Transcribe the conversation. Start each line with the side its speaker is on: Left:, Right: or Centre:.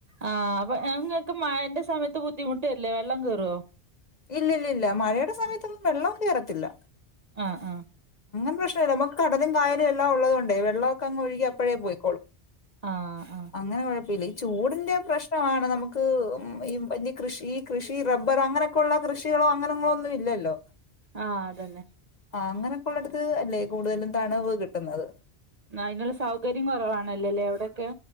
Right: ആഹ് അപ്പൊ നിക്ക് മന്റെ സമയത്ത് ബുദ്ധിമുട്ട്രില്ലേ എല്ലാം കറ
Left: ഇല്ല ഇല്ല ഇല്ല മഴയുടെ സമയത്തൊന്നും വെള്ളം ചേരത്തില്ല
Right: ആഹ് ആഹ്
Left: അങ്ങനെ പ്രശ്ന നമുക്ക് കടലും കായ ല്ല ഉള്ളത കൊണ്ട് വെള്ളമക്കെ അങ് ഒഴുകി അപ്പോഴേ പോയി
Right: ആഹ് ആഹ്
Left: അങ്ങനെ കുഴപ്പല്ല ചൂടിന്റെ പ്രശ്നമാണ് നമുക്ക് ഈ വ കൃഷി ഈ കൃഷി റബ്ബർ അങ്ങനെെ ുള്ള കൃഷികളോ അങ്ങനങ്ങളോ ഒന്നും ഇല്ലല്ലോ
Right: ആഹ അതന്നെ
Left: ആ അങ്ങനെയൊക്കെള്ളടടുത്ത് അല്ലേ കൂടുതലും തണവ് കിട്ടുന്നത്
Right: അതിനുള്ള സൗകര്യം കുറവാണലല്ലേ അവിടൊക്കെ